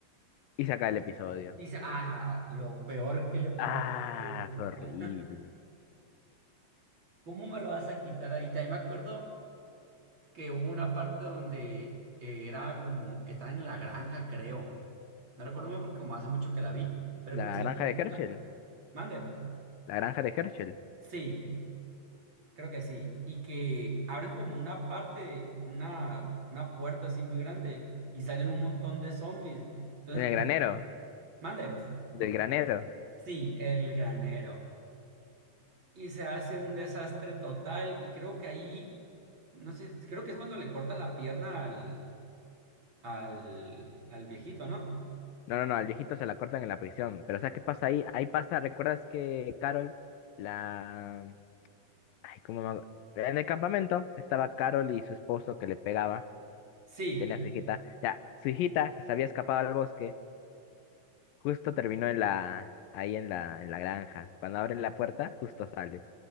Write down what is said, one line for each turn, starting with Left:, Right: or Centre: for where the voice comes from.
Left: y saca el episodio.
Right: Dice, ah, lo peor que le puedo
Left: Ah,
Right: dar a la humanidad.
Left: fue horrible.
Right: <laughs> ¿Cómo me lo vas a quitar ahí? También me acuerdo que hubo una parte donde eh, era como, estaba en la granja, creo. No recuerdo muy bien porque como hace mucho que la vi, pero
Left: La
Right: creo que estaba
Left: granja
Right: como
Left: de Herschel,
Right: en una... Manden.
Left: la granja de Herschel,
Right: Sí. Creo que sí. Y que abren como una parte, una, una puerta así muy grande y salen un montón de zombies. Entonces,
Left: en el
Right: Mm. empiezan
Left: granero.
Right: como, mande,
Left: Del granero.
Right: sí, el granero. Y se hace un desastre total. Y creo que ahí, no sé, creo que es cuando le cortan la pierna al, al, al viejito, ¿no?
Left: No, no, no, al viejito se la cortan en la prisión. Pero ¿sabes qué pasa ahí? Ahí pasa, ¿recuerdas que Carol, la... Ay, ¿cómo me... hago? En el campamento estaba Carol y su esposo que le pegaba,
Right: Sí.
Left: tenía a su hijita. Ya, su hijita, que se había escapado al bosque, justo terminó en la... ahí en la... en la granja. Cuando abren la puerta, justo sale.